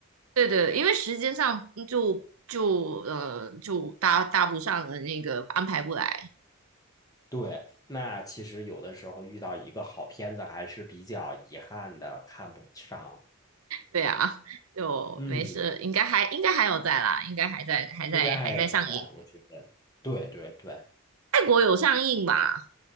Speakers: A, on the right; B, on the left.
A: 对对，因为时间上嗯就就呃就搭搭不上的那个安排不来，
B: 对，那其实有的时候遇到一个好片子还是比较遗憾的，看不上。
A: 对啊，就没事，
B: 嗯，
A: 应该还应该还有在啦，应该还在还在还在上映。
B: 应该还有再来，我觉得。对对对，
A: 泰国有上映吧？